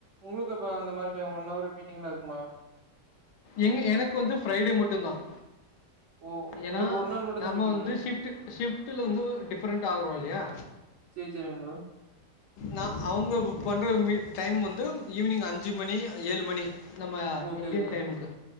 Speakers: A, on the right; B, on the left.
A: உங்களுக்கு இப்ப அந்த மாரிமே ஒன் அவர் மீட்டிங்ல இருக்குமா
B: எங்க எனக்கு வந்து ஃப்ரைடே மட்டும் தான்
A: ஓ!
B: ஏன்னா
A: உங்களுக்கு நாள் மட்டும்
B: நம்ம
A: தான் மீட்டிங்கா?
B: வந்து ஷிஃப்ட் ஷிஃப்ட் வந்து டிஃப்ரெண்ட் ஆகுறோம் இல்லயா
A: சரி, சரிங்க ப்ரோ.
B: நா அவங்க பண்ணுற மீட் டைம் வந்து ஈவினிங் அஞ்சு மணி ஏழு மணி நம்ம
A: ஓகே,
B: இந்தியன்
A: ஓகேங்க.
B: டைமுகு